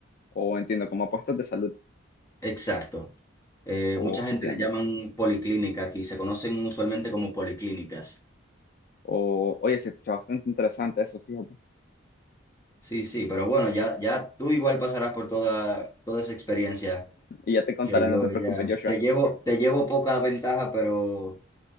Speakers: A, on the left; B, on the left.
A: o entiendo, como puestos de salud,
B: Exacto. Eh,
A: o
B: mucha gente
A: entiendo.
B: le llaman policlínica aquí, se conocen usualmente como policlínicas.
A: O, oye, se escucha bastante interesante eso, fíjate.
B: Sí, sí, pero bueno, ya, ya tú igual pasarás por toda, toda esa experiencia
A: Y ya te contaré,
B: que yo
A: no te preocupes,
B: ya
A: Joshua.
B: te llevo, te llevo poca ventaja, pero